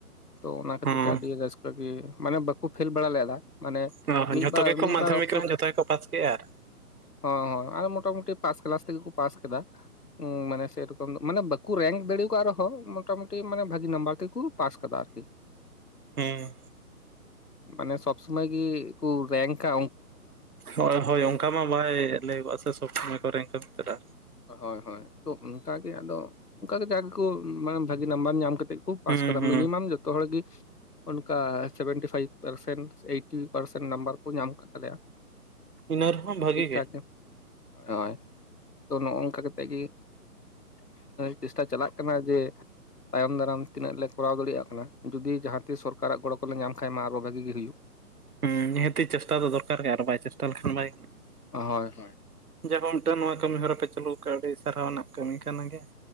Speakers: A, on the left; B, on the right.
A: ᱛᱚ ᱚᱱᱟ ᱠᱷᱟᱹᱛᱤᱨ
B: ᱦᱩᱸ
A: ᱛᱮ ᱟᱹᱰᱤ ᱨᱟᱹᱥᱠᱟᱹ ᱜᱮ ᱢᱟᱱᱮ ᱵᱟᱠᱚ ᱯᱷᱮᱞ ᱵᱟᱲᱟ ᱞᱮᱫᱟ ᱢᱟᱱᱮ
B: ᱦᱚᱸ ᱚ
A: ᱢᱤᱫ
B: ᱡᱷᱚᱛᱚ
A: ᱵᱟᱨ
B: ᱜᱮᱠᱚ
A: ᱢᱤᱫ
B: ᱢᱟᱫᱽᱫᱷᱚᱢᱤᱠ
A: ᱵᱟᱨ ᱚᱠᱛᱚ
B: ᱨᱮᱦᱚᱸ ᱡᱷᱚᱛᱚ ᱜᱮᱠᱚ ᱯᱟᱥ ᱠᱮᱜᱼᱟ ᱟᱨ
A: ᱦᱚᱸᱮ ᱦᱮ ᱟᱨ ᱢᱚᱴᱟᱢᱩᱴᱤ ᱯᱟᱥ ᱠᱞᱟᱥ ᱛᱮᱜᱮ ᱠᱚ ᱯᱟᱥ ᱠᱮᱫᱟ ᱢᱟᱱᱮ ᱥᱮᱨᱚᱠᱚᱢ ᱫᱚ ᱢᱟᱱᱮ ᱵᱟᱠᱚ ᱨᱮᱝᱠ ᱫᱟᱲᱮ ᱟᱠᱟᱫ ᱨᱮᱦᱚᱸ ᱢᱚᱴᱟᱢᱩᱴᱤ ᱢᱟᱱᱮ ᱵᱷᱟᱹᱜᱤ ᱱᱟᱢᱵᱟᱨ ᱛᱮᱠᱚ ᱯᱟᱥ ᱟᱠᱟᱫᱟ ᱟᱨᱠᱤ <unintelligible>
B: ᱦᱮᱸ
A: ᱢᱟᱱᱮ ᱥᱚᱵᱽ ᱥᱩᱢᱚᱭ ᱜᱮᱠᱚ ᱨᱮᱝᱠᱼᱟ
B: ᱦᱳᱭ ᱦᱳᱭ ᱚᱱᱠᱟ ᱢᱟ ᱵᱟᱭ ᱞᱟᱹᱭᱚᱜᱼᱟ ᱥᱮ ᱥᱚᱵ ᱥᱚᱢᱚᱭ ᱠᱚ ᱨᱮᱝᱠᱟ ᱢᱮᱱᱛᱮ ᱟᱨ
A: ᱦᱳᱭ ᱦᱳᱭ ᱛᱚ ᱚᱱᱠᱟᱜᱮ ᱟᱫᱚ ᱚᱱᱠᱟᱟᱜᱮ ᱡᱟ ᱜᱮᱠᱚ ᱢᱟᱱᱮ ᱵᱷᱟᱜᱤ ᱱᱟᱢᱵᱟᱨ ᱧᱟᱢ ᱠᱟᱛᱮᱫ ᱠᱳ ᱯᱟᱥ
B: ᱦᱩᱸ
A: ᱠᱟᱫᱟ
B: ᱦᱩᱸ
A: ᱢᱤᱱᱤᱢᱟᱢ ᱡᱚᱛᱚ ᱦᱚᱲ ᱜᱤ ᱚᱱᱠᱟ seventy five percent eighty percent number ᱠᱚ ᱧᱟᱢ ᱟᱠᱟᱫ ᱛᱟᱞᱮᱭᱟ
B: ᱤᱱᱟᱹ ᱨᱮᱦᱚᱸ ᱵᱷᱟᱹᱜᱤ
A: ᱴᱷᱤᱠ ᱴᱷᱟᱠ ᱜᱮ ᱦᱳᱭ ᱛᱚ ᱱᱚᱜ ᱱᱚᱝᱠᱟ ᱠᱟᱛᱮᱜ ᱜᱮ ᱪᱮᱥᱴᱟ ᱪᱟᱞᱟᱜ ᱠᱟᱱᱟ ᱡᱮ ᱛᱟᱭᱚᱢ ᱫᱟᱨᱟᱢ ᱛᱤᱱᱟᱹᱜ ᱞᱮ ᱠᱚᱨᱟᱣ ᱫᱟᱲᱮᱭᱟᱜ ᱠᱟᱱᱟ ᱡᱩᱫᱤ ᱡᱟᱦᱟᱸ ᱛᱤᱥ ᱥᱚᱨᱠᱟᱨᱟᱜ ᱜᱚᱲᱚ ᱠᱚᱞᱮ ᱧᱟᱢ ᱠᱷᱟᱱᱡ ᱢᱟ ᱟᱨᱚ ᱵᱷᱟᱜᱤ ᱜᱮ ᱦᱩᱭᱩᱜ
B: ᱦᱩᱸ ᱱᱤᱦᱟᱹᱛᱤ ᱪᱮᱥᱴᱟ ᱫᱚ ᱫᱚᱨᱠᱟᱨ ᱜᱮᱭᱟ ᱟᱨ ᱵᱟᱭ ᱪᱮᱥᱴᱟ ᱞᱮᱠᱷᱟᱱ ᱵᱟᱭ ᱜᱟᱱᱚᱜᱼᱟ
A: ᱦᱚᱭ
B: ᱡᱟᱭᱦᱳ ᱢᱤᱫᱴᱟᱝ ᱱᱚᱣᱟ ᱠᱟᱹᱢᱤᱦᱚᱨᱟ ᱯᱮ ᱪᱟᱹᱞᱩᱠᱟᱜᱼᱟ ᱟᱹᱰᱤ ᱥᱟᱨᱦᱟᱣ ᱨᱮᱱᱟᱜ ᱠᱟᱹᱢᱤ ᱠᱟᱱ ᱜᱮᱭᱟ